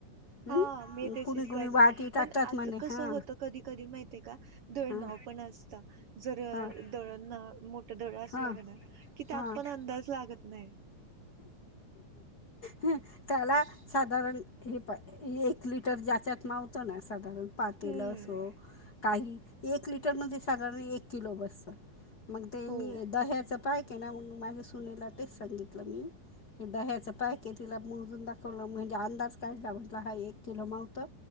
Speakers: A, on the left (about 45°); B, on the right (about 75°).
A: हम्म
B: हां, मी तेशीस
A: कुणी कुणी
B: कळते,
A: वाटी टाकतात
B: पण आत
A: म्हणे
B: कस
A: हा.
B: होत कधी कधी माहिते का दळनाव
A: हां
B: पण असता. जर,
A: हां
B: दळंना मोट दळ असंल
A: हां
B: क नय, की त्यात
A: हां
B: पण अंदाज लागत नाही.
A: हं त्याला साधारण हे प एक लिटर ज्याच्यात मावतं ना साधारण. पातेलं
B: हम्म
A: असो, काही एक लिटर मध्ये साधारण एक किलो बस्सं. मंग ते
B: हो
A: मी त्याचं पायके ना म आणि सुनेला तेच सांगितलं मी. हे दह्याचं पॅके तिला मोजून दाखवलं, म्हणजे अंदाज काढला, म्हटलं हा एक किलो मावतं.